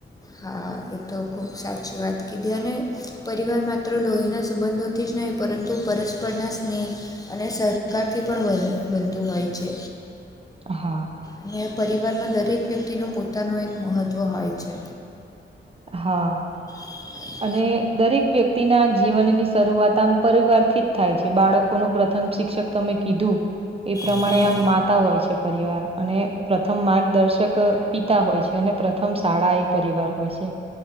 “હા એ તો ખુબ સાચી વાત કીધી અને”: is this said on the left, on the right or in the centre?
Left